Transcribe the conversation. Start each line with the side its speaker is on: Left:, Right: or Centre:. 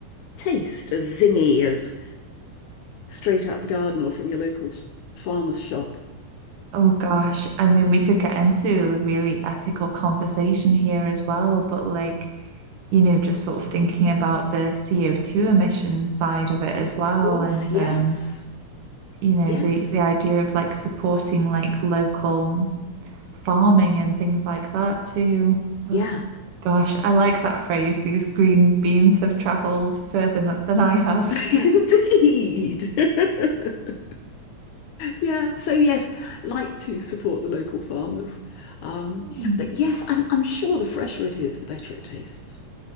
Left: taste as zingy as straight out the garden or from your local farmer's shop.
Right: Oh gosh, I mean, we could get into a really ethical conversation here as well, but like, you know, just sort of thinking about the CO2 emission side of it as
Left: Of
Right: well,
Left: course,
Right: and
Left: yes.
Right: um, you know,
Left: Yes.
Right: the the idea of like supporting like local farming and things like that too. But
Left: Yeah.
Right: gosh, I like that phrase. These green beans have traveled further n- than I have.
Left: <laughs> Indeed.
Right: <laughs>
Left: <laughs> Yeah. So yes, like to support the local farmers. Um,
Right: Mm.
Left: but yes, I'm, I'm sure the fresher it is, the better it tastes.